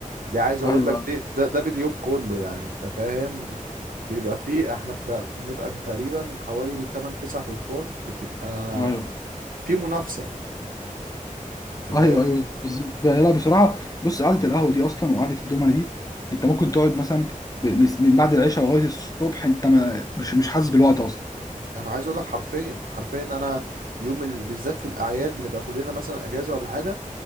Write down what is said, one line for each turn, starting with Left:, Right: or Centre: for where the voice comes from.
Right: دي عايز اقول
Left: ايوه
Right: لك دي ده, ده باليوم كله يعني انت فاهم بيبقى فيه احنا بتا... بنبقى تقريبا حوالي 8 9 تنفور بتبقى
Left: ايوه
Right: في منافسة انت فاهم
Left: ايوه ايوه بالظبط كده. لا بصراحه بص قعده القهوه دي اصلا وقعده الدومنه دي انت ممكن تقعد مثلا ب- مس- من بعد العشاء لغايه الصبح انت ما مش مش حاسس بالوقت اصلا
Right: انا عايز اقول لك حرفيا حرفيا انا يوم ال... بالذات في الاعياد بنبقى كلنا مثلا اجازة ولا حاجة